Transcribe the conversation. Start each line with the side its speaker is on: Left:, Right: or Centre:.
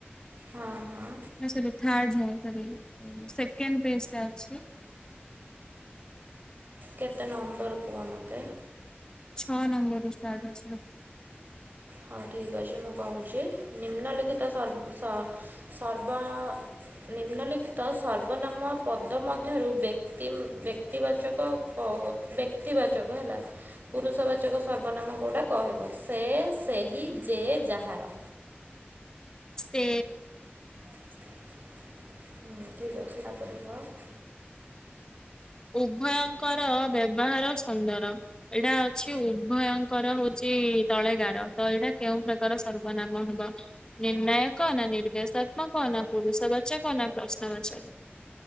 Right: ହଁ ହଁ।
Left: ନା ସାର୍ ଥାଡ୍ ନୁହଁ ତା ପାଇଁ ସେକେଣ୍ଡ ପେଜ୍‌ ଟା ଅଛି।
Right: କେତେ ନମ୍ବର କୁଅ ମୋତେ?
Left: ଛଅ ନମ୍ବର ରୁ ଷ୍ଟାର୍ଟ ଅଛି ଲେଖା।
Right: ହଁ ଠିକ୍ ଅଛି ମୁଁ କହୁଛି ନିମ୍ନଲିିଖିତ ସର୍ବ ସ -ସର୍ବ ନିମ୍ନଲିଖିତ ସର୍ବନାମ ପଦ ମଧ୍ୟରୁ ଦେଖ ତିମ ବ୍ୟକ୍ତିବାଚକ -କ-ବ୍ୟକ୍ତିବାଚକ ହେଲା। ପୁରୁଷବାଚକ ସର୍ବନାମ କେଉଟା କହିବ? ସେ, ସେହି, ଯେ, ଯାହାର।
Left: ସେ।
Right: <inaudible> ହୁଁ ଠିକ ଅଛି ତାପରେ କୁହ?
Left: ଉଭୟଙ୍କର ବ୍ୟବହାର ସୁନ୍ଦର। ଏଇଟା ଅଛି ଉଭୟଙ୍କର ହଉଛି ତଳେଗାର ତ ଏଇଟା କେଉଁ ପ୍ରକାର ସର୍ବନାମ ହବ? ନିର୍ଣ୍ଣାୟକ ନା ନିର୍ଦ୍ଦେଶାତ୍ମକ ନା ପୁରୁଷ ବାଚକ ନା ପ୍ରଶ୍ନ ବାଚକ?